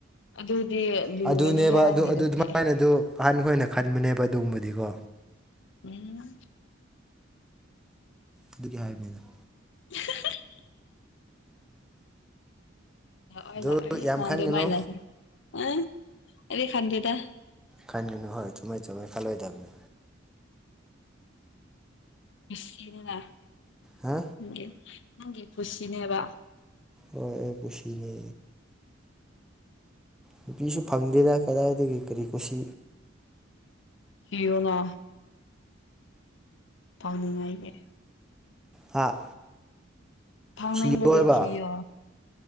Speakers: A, on the left; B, in the centre.
A: ꯑꯗꯨꯗꯤ ꯂꯨꯒꯅꯤꯍꯦ
B: ꯑꯗꯨꯅꯦꯕ
A: ꯅꯪꯒꯤ
B: ꯑꯗꯨ ꯑꯗꯨ
A: ꯅꯨꯄꯤ
B: ꯑꯗꯨꯃꯥꯏꯅ ꯑꯗꯨ ꯑꯍꯥꯟꯈꯣꯏ ꯑꯣꯏꯅ ꯈꯟꯕꯅꯦꯕ ꯑꯗꯨꯒꯨꯝꯕꯗꯤꯀꯣ
A: ꯎꯝ
B: ꯑꯗꯨꯒꯤ ꯍꯥꯏꯕꯅꯤꯗ
A: <unintelligible> ꯂꯥꯛꯑꯣꯏ
B: ꯑꯗꯨ
A: ꯂꯥꯛꯑꯣꯏ
B: ꯌꯥꯝ
A: ꯂꯥꯟꯊꯦ
B: ꯈꯟꯒꯅꯨ
A: ꯃꯩꯅꯥ ꯈ ꯑ ꯑꯗꯤ ꯈꯥꯟꯊꯦ ꯇ
B: ꯈꯟꯒꯅꯨ ꯍꯣꯏ ꯆꯨꯝꯃꯩ ꯆꯨꯝꯃꯩ ꯈꯜꯂꯣꯏꯗꯕꯅꯤ
A: ꯀꯨꯁꯤꯅꯤꯅꯦꯒꯤ
B: ꯍꯥ
A: ꯅꯪꯒꯤ ꯈꯨꯨꯁꯤꯅꯦꯕ
B: ꯑꯣ ꯄꯨꯁꯨꯅꯤ ꯅꯨꯄꯤꯁꯨ ꯐꯪꯗꯦꯗ ꯀꯗꯥꯏꯗꯒꯤ ꯀꯔꯤ ꯀꯣꯁꯤ
A: ꯏꯣꯅ ꯄꯥꯎꯅꯤꯡꯉꯥꯏꯒꯤ
B: ꯍꯥ
A: ꯐꯥꯎꯅ
B: ꯊꯤꯌꯣ
A: ꯃꯗꯩ
B: ꯍꯥꯏꯕ
A: ꯊ